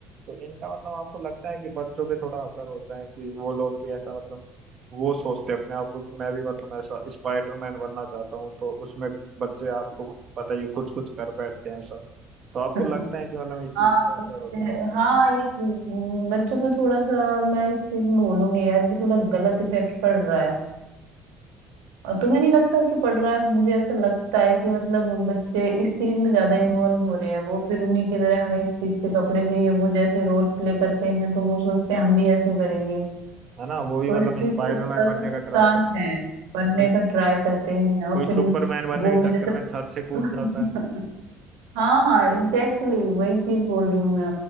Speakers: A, on the right; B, on the right.
A: तो इनका मतलब आपको लगता है कि बच्चों पे थोड़ा असर होता है कि वो लोग भी ऐसा मतलब वो सोचते हैं अपने आप को कि मैं भी मतलब ऐसा स्पाइडरमैन बनना चाहता हूँ तो उसमें बच्चे आपको पता ही कुछ कुछ कर बैठते हैं ऐसा तो आपको
B: <laughs>
A: लगता है कि मतलब इस चीज
B: हाँ
A: का असर
B: बच्चे-
A: होता है बच्चों
B: हाँ
A: पे?
B: ये बच्चों पे थोड़ा सा मैं इस चीज में बोलूंगी यार कि थोड़ा गलत इफेक्ट पड़ रहा है और तुम्हें नहीं लगता कि पढ़ रहा है मुझे ऐसा लगता है कि मतलब बच्चे इस चीज में ज्यादा इन्वॉल्व हो रहे हैं वो फिर उन्हीं की तरह हमें इस चीज के कपड़े चाहिए वो जैसे रोल प्ले करते हैं तो वो सोचते हैं हम भी ऐसे करेंगे
A: है ना वो भी
B: तो
A: मतलब
B: इस चीज
A: स्पाइडरमैन
B: से थोड़ा
A: बनने
B: सा नुकसान
A: का ट्राई कर
B: है
A: कोई
B: बनने का ट्राई करते हैं और
A: कोई सुपरमैन
B: फिर
A: बनने
B: वो
A: के
B: भी
A: चक्कर
B: जैसे
A: में छत से कूद जाता
B: <laughs>
A: है
B: हाँ एग्जैक्टली exactly, वही चीज बोल रही हूँ मैं